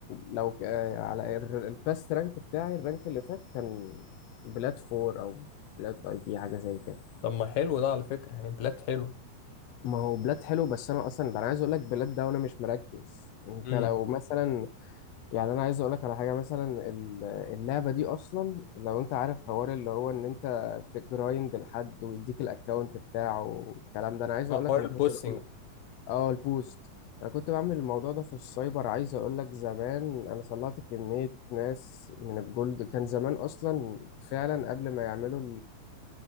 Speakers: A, on the left; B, on the left.
A: لو ك- آه، على ال- الباست رانك بتاعي الرانك اللي فات كان بلات فور او بلات اي في حاجة زي كده
B: طب ما حلو ده على فكرة يعني بلات حلو
A: ما هو بلاد حلو بس انا اصلا ده انا عايز اقول لك بلاد ده وانا مش مركز انت
B: امم
A: لو مثلا يعني انا عايز اقول لك على حاجه مثلا ال- اللعبه دي اصلا لو انت عارف حوار اللي هو ان انت تجرايند لحد ويديك الاكونت بتاعه والكلام ده انا عايز
B: مع
A: اقول
B: حوار
A: لك انا
B: البوسنج
A: كنت بعمل اه البوست انا كنت بعمل الموضوع ده في السايبر عايز اقول لك زمان انا طلعت كميه ناس من الجولد كان زمان اصلا فعلا قبل ما يعملوا